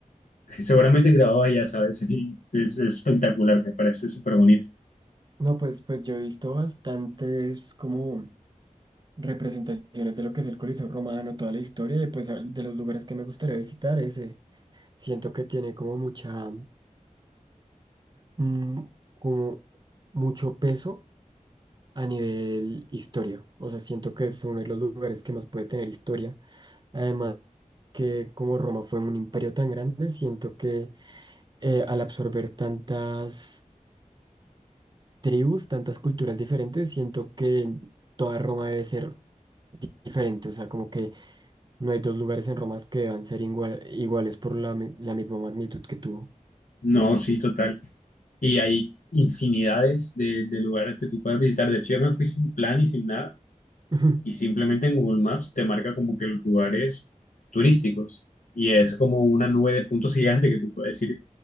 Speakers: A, on the left; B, on the right.
A: <laughs> seguramente grababa ya, ¿sabes? <laughs> Y es es espectacular, me parece súper bonito.
B: No, pues, pues yo he visto bastantes como representaciones de lo que es el Coliseo Romano, toda la historia, y pues al- de los lugares que me gustaría visitar, ese. Siento que tiene como mucha, mm, como mucho peso a nivel historia. O sea, siento que es uno de los lugares que más puede tener historia. Además, que como Roma fue un imperio tan grande, siento que eh, al absorber tantas tribus, tantas culturas diferentes, siento que toda Roma debe ser diferente. O sea, como que no hay dos lugares en Roma que deban ser igual- iguales por la, mi- la misma magnitud que tuvo.
A: No, sí, total. Y hay infinidades de, de lugares que tú puedes visitar. De hecho, yo me fui sin plan y sin nada.
B: <laughs>
A: Y simplemente en Google Maps te marca como que los lugares turísticos. Y es como una nube de puntos <laughs> gigante que tú puedes ir